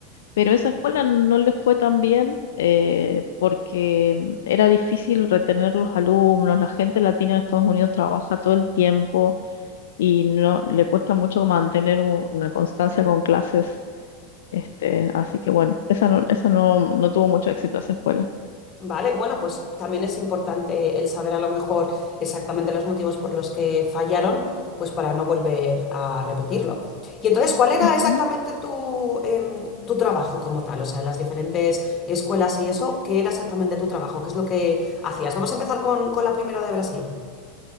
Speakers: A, on the left; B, on the left.
A: pero esa escuela no le fue tan bien eh, porque mm, era difícil retener los alumnos, la gente latina en Estados Unidos trabaja todo el tiempo y no le cuesta mucho mantener u- una constancia con clases. Este, así que bueno, esa no, esa no, no tuvo mucho éxito esa escuela.
B: Vale, bueno, pues también es importante el saber a lo mejor exactamente los motivos por los que fallaron, pues para no volver a repetirlo. Y entonces, ¿cuál era
A: Ujú.
B: exactamente tu, em, tu trabajo como tal? O sea, en las diferentes escuelas y eso, ¿qué era exactamente tu trabajo? ¿Qué es lo que hacías? Vamos a empezar con, con la primera de Brasil.